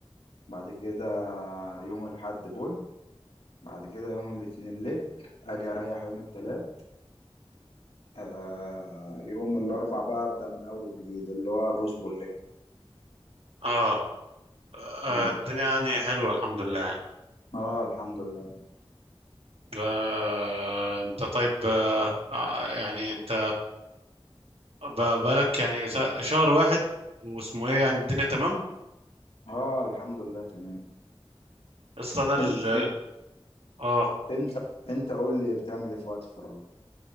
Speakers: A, on the left (about 85°); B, on the right (about 80°).
A: بعد كده يوم الاحد بول بعد كده يوم الاثنين ليج اجي اريح يوم الثلاث آه يوم الاربع بقى ابدا من اول وجديد اللي هو بوش بول ليج
B: اه آه،
A: مم.
B: الدنيا يعني حلوة الحمد لله يعني.
A: اه الحمد لله
B: آه، انت طيب آه، آه، يعني انت ب- بقالك يعني س- شهر واحد واسمه ايه يعني الدنيا تمام
A: اه الحمد لله تمام
B: اصل انا ال...
A: انت
B: اه
A: انت انت قول لي بتعمل ايه في وقت الفراغ